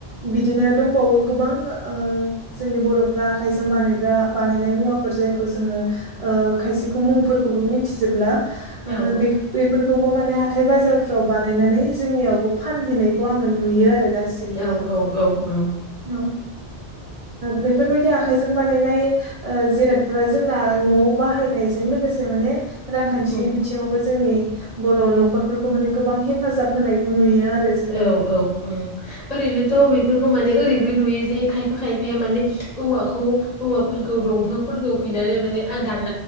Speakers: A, on the right (about 50°); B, on the left (about 40°).
A: बिदिनो दंबावो गोबां जोंनि बरफ्रा आखायजों बानायग्रा बानायनाय मुवाफोर जाय। जोङो खायसेखौ मुंफोरखौबो मिथिजोबला। ओ
B: औ
A: बे बेफोरखौबो। माने हाथाय बाजारफ्राव बानायनानै जोंनियावबो फानहैनायखौ आंङो नुयो आरो। दासिमबो
B: औ औ औ औ।
A: औ बेफोरबायदि आखाइजों बानायनाय जिराद। <inaudible> जोंना नआव बाहायनायजों लोगोसे माने। रांखान्थिनि
B: उम
A: बिथिङावबो। जोंनि बर नखरफोरखौ माने गोबां हेफाजाब होनायखौ नुयो। आरो जोङो
B: औ औ ओरैनोथ बेफोरखौ माने ओरै। नुयो जे खायफा खायफाया माने औवाखौ औवाफोरखौ दंफांफोरखौ हैनानै माने दान